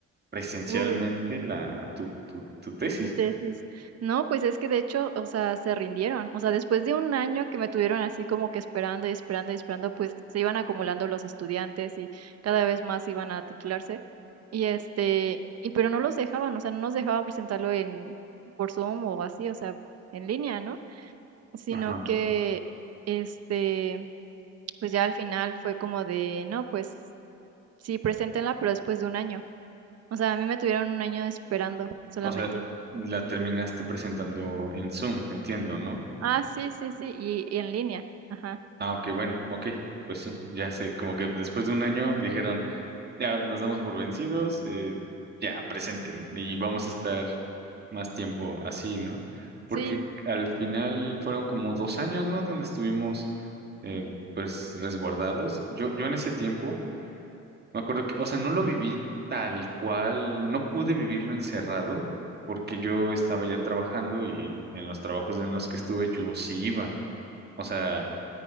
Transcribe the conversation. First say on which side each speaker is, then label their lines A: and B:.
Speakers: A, on the right (about 35°); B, on the right (about 55°).
A: presencialmente
B: Uy.
A: la tu tu tu tesis?
B: Mi tesis. No, pues es que de hecho, o sea, se rindieron. O sea, después de un año que me tuvieron así como que esperando y esperando y esperando, pues se iban acumulando los estudiantes y cada vez más iban a titularse. Y este, y pero no los dejaban, o sea, no nos dejaban presentarlo en por Zoom o así, o sea, en línea, ¿no? Sino
A: Ajá.
B: que este, pues ya al final fue como de, no, pues sí, preséntenla, pero después de un año. O sea, a mí me tuvieron un año esperando solamente.
A: O sea, la terminaste presentando en Zoom, entiendo, ¿no?
B: Ah, sí, sí, sí, y, y en línea. Ajá.
A: Ah, ok, bueno, ok, pues sí, ya sé, como que después de un año dijeron, ya nos damos por vencidos, eh, ya presenten y vamos a estar más tiempo así, ¿no? Porque
B: Sí.
A: al final fueron como dos años, ¿no? Donde estuvimos, eh, pues, resguardados. Yo, yo en ese tiempo me acuerdo que, o sea, no lo viví tal cual, no pude vivirlo encerrado porque yo estaba ya trabajando y en los trabajos en los que estuve yo sí iba, o sea